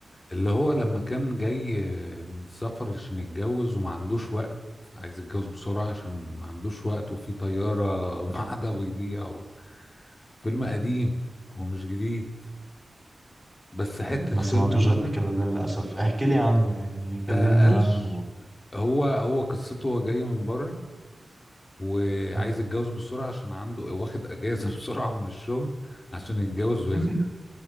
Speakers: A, on the left (about 40°); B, in the centre.
A: اللي هو لما كان جاي من سفر عشان يتجوز وما عندوش وقت عايز يتجوز بسرعة عشان ما عندوش وقت وفي طيارة <laughs> معادة بيضيع و- فيلم قديم هو مش جديد بس حتة
B: ما
A: فيلم
B: سمعتوش
A: مدى
B: قبل كده ده للأسف احكي لي عنه يعني
A: ده
B: كلمني
A: قلش
B: عنه
A: هو هو قصته هو جاي من بره وعايز
B: مم.
A: يتجوز بسرعة عشان عنده واخد أجازة <laughs> بسرعة من الشغل عشان يتجوز ويرجع
B: <laughs>